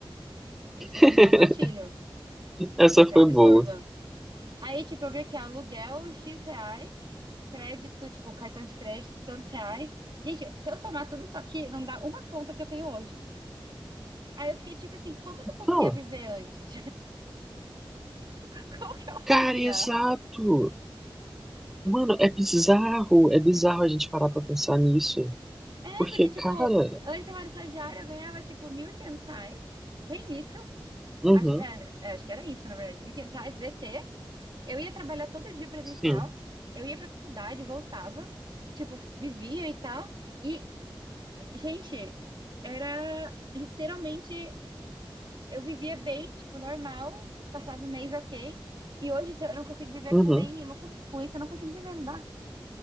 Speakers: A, on the right; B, in the centre.
A: Isso aqui
B: <laughs>
A: me deu um gatilho.
B: Essa
A: Isso aqui
B: foi
A: é um absurdo.
B: boa.
A: Aí, tipo, eu vi aqui, ó, aluguel X reais, crédito, tipo, cartão de crédito, tantos reais. Gente, se eu somar tudo isso aqui, não dá uma conta que eu tenho hoje. Aí eu fiquei tipo assim, como que eu conseguia
B: Não,
A: viver antes? <laughs> Como que eu fazia?
B: cara, exato. Mano, é bizarro. É bizarro a gente parar pra pensar nisso.
A: É,
B: Porque,
A: porque, tipo,
B: cara,
A: antes eu era estagiária, eu ganhava, tipo, 1.500 reais. Tem isso.
B: uhum,
A: Acho, é, é, acho que era isso, na verdade. mil e quinhentos reais, VT. Eu ia trabalhar todo dia presencial.
B: sim.
A: Eu ia pra faculdade, voltava. Tipo, vivia e tal. E Gente, era literalmente. Eu vivia bem, tipo, normal, passava o mês ok. E hoje se eu eu não consigo viver
B: Uhum.
A: com nem. eu não consigo- com isso eu não consigo viver, não dá.